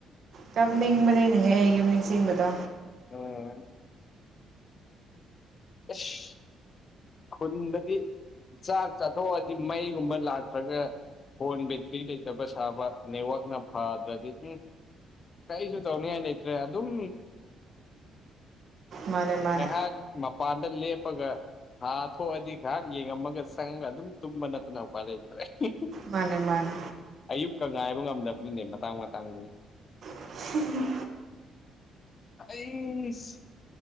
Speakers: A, on the right (about 50°); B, on the left (about 35°).
A: ꯀꯞꯅꯤꯡꯕꯅꯤꯅꯍꯦ ꯌꯨꯝ ꯅꯤꯡꯁꯤꯡꯕꯗꯣ
B: ꯑꯣ ꯑꯩꯁ ꯑꯩꯈꯨꯟꯗꯗꯤ ꯆꯥꯛ ꯆꯥꯊꯣꯛꯑꯗꯤ ꯃꯩꯒꯨꯝꯕ ꯂꯥꯛꯇ꯭ꯔꯒ ꯐꯣꯟ ꯕꯦꯇ꯭ꯔꯤ ꯂꯩꯇꯕ ꯁꯥꯕ ꯅꯦꯠꯋꯥꯛꯅ ꯐꯗ꯭ꯔꯗꯤ ꯎꯝ ꯀꯩꯁꯨ ꯇꯧꯅꯤꯡꯉꯥꯏ ꯂꯩꯇ꯭ꯔꯦ ꯑꯗꯨꯝ
A: ꯃꯥꯅꯦ ꯃꯥꯅꯦ
B: ꯃꯥ <unintelligible> ꯃꯄꯥꯟꯗ ꯂꯦꯞꯄꯒ ꯊꯥ ꯊꯣꯛꯑꯗꯤ ꯉꯥꯏꯍꯥꯛ ꯌꯦꯡꯉꯝꯃꯒ ꯆꯪꯉꯒ ꯑꯗꯨꯝ ꯇꯨꯝꯕ ꯅꯠꯇꯅ ꯎꯄ ꯂꯩꯇꯔ꯭ꯦ ꯍꯤ ꯍꯤ
A: ꯃꯥꯅꯦ ꯃꯥꯅꯦ
B: ꯑꯌꯨꯛꯀ ꯉꯥꯏꯕ ꯉꯝꯗꯕꯅꯤꯅꯦ ꯃꯇꯥꯡ ꯃꯇꯥꯡꯗꯨꯏ
A: ꯍꯝ
B: ꯑꯩꯁ